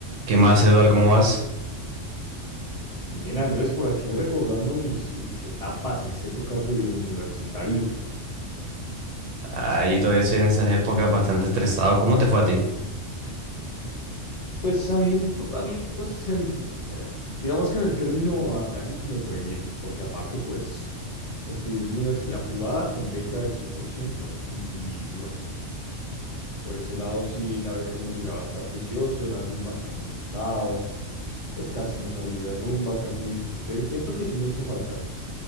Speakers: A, on the right; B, on the left.
A: ¿Qué más, Eduardo? ¿Cómo vas?
B: Bien, Andrés, por aquí recordando mis, mis etapas, mis épocas de universitario.
A: Ahí todavía estoy en esas épocas bastante estresado. ¿Cómo te fue a ti?
B: Pues a mí, a mí, pues, en, eh, digamos que en el término académico me fue bien, porque aparte, pues, estudié en universidad privada con beca del 100% y, y bueno, por ese lado sí la beca me obligaba a estar juicioso, era alguien bastante enfocado, pues casi no salí de rumba, casi no disfruté. Siento que sí me hizo falta,